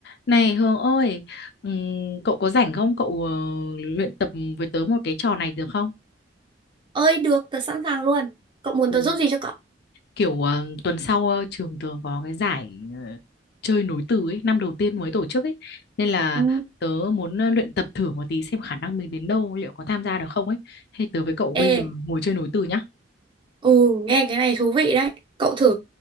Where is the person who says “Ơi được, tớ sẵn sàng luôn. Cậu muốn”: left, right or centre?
Right